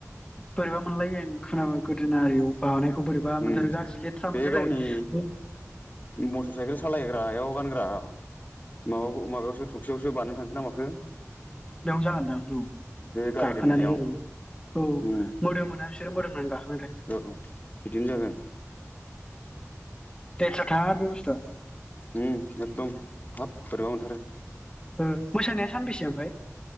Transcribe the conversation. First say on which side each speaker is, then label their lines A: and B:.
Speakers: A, on the left; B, on the left.
A: बोरैबा मोनलायो आं खोनाबा गोदोना आरियाव बानाय खौ बोरैबा
B: उम
A: मोनथारो गाज्रि लेथ्रा
B: बे
A: मोनथारो
B: गावनि मटर साइकेल सालायग्रायाव गानग्रा माबा माबायावसो थफियावसो बानायना थांखो ना माखो?
A: बेयावनो जागोनदां औ
B: बे गारि
A: गाखोनानै
B: दोननायाव
A: ओरै औ
B: उम
A: मोदोमोना बिसोरो मोदोमनानै गाखो
B: औ औ बिदिनो जागोन
A: लेथ्रा थार बे बुस्थुवा
B: उम एकदम हाब बोरैबा मोनथारो
A: ओ मोसानाया सानबेसे ओमफाय?